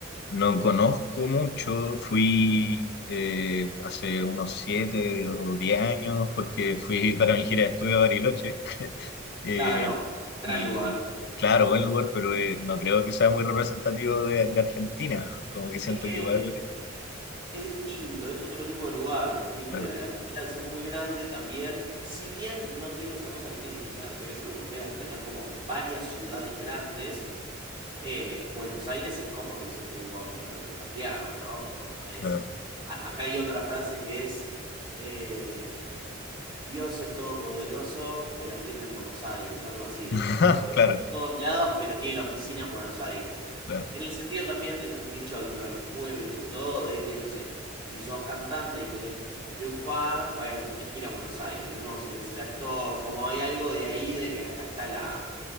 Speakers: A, on the left; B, on the right.
A: no conozco mucho. Fui eh, hace unos siete o diez años porque fui <laughs> para mi gira de estudio a Bariloche. <laughs> Eh,
B: Claro, gran
A: y
B: lugar.
A: claro, buen lugar, pero eh, no creo que sea muy representativo de, de Argentina. Como que siento
B: Es que
A: que igual,
B: es distinto, es otro tipo de lugar, viste,
A: claro,
B: Argentina al ser muy grande también, si bien no tiene esa cosa que tienen quizás las ciudades europeas de tener como varias ciudades grandes, eh, Buenos Aires es como dices tú con lo de Santiago, ¿no? Como es,
A: claro,
B: a- acá hay otra frase que es... eh, Dios es todopoderoso, pero tiende en Buenos Aires, algo así.
A: <laughs>
B: O como Dios
A: claro,
B: está en todos lados, pero tiene la oficina en Buenos Aires.
A: claro.
B: En el sentido también, es un dicho dentro de los pueblos y todo, de que, no sé, si sos cantante y querés triunfar, bueno, tenés que ir a Buenos Aires. Lo mismo que si querés ser actor, como hay algo de ahí de que acá está la,